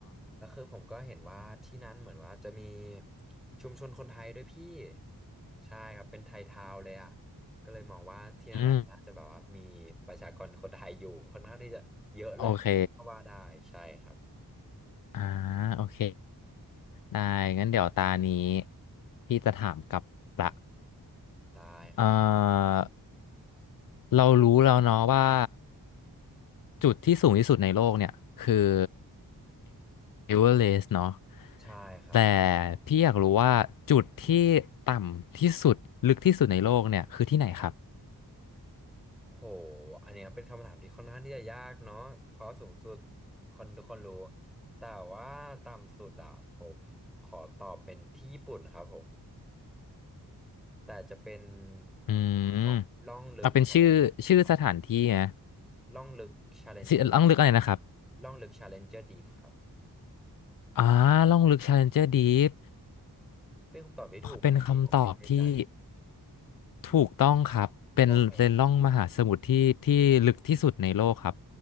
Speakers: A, in the centre; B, on the left.
A: แล้วคือผมก็เห็นว่าที่นั้นเหมือนว่าจะมีชุมชนคนไทยด้วยพี่ใช่ครับเป็นไทยทาวน์เลยอ่ะก็เลยมองว่าที่นั่นแหละน่าจะแบบว่ามีประชากรคนไทยอยู่ค่อนข้างที่จะเยอะเลยก็ว่าได้ใช่ครับ
B: อืมโอเคอ่าโอเค ได้ งั้นเดี๋ยวตานี้พี่จะถามกลับละ
A: ได้ครับ
B: เอ่อ เรารู้แล้วเนาะว่าจุดที่สูงที่สุดในโลกเนี่ยคือเอเวอเรสต์เนาะ
A: ใช่ครับ
B: แต่พี่อยากรู้ว่าจุดที่ต่ำที่สุดลึกที่สุดในโลกเนี่ยคือที่ไหนครับ
A: โห อันเนี้ยเป็นคำถามที่ค่อนข้างที่จะยากเนาะเพราะสูงสุดคนทุกคนรู้ แต่ว่าต่ำสุดอะผมขอตอบเป็นที่ญี่ปุ่นครับผม แต่จะเป็น
B: อืม
A: เรื่องของล่องลึก
B: เอาเป็นชื่อชื่อสถานที่นะ
A: Challenger Deep ครับผมล่องลึก Challenger
B: ชื่อล่องลึกอะไรนะครับ
A: Deep ล่องลึก Challenger Deep ครับ
B: อ่าล่องลึก Challenger Deep
A: เป็นคำตอบที่ถูกไหมอันนี่ผมไม่แน่ใจ
B: เป็นคำตอบที่ ถูกต้องครับเป็นเป็นร่องมหาสมุทรที่ที่ลึกที่สุดในโลกครับ
A: โอเคครับ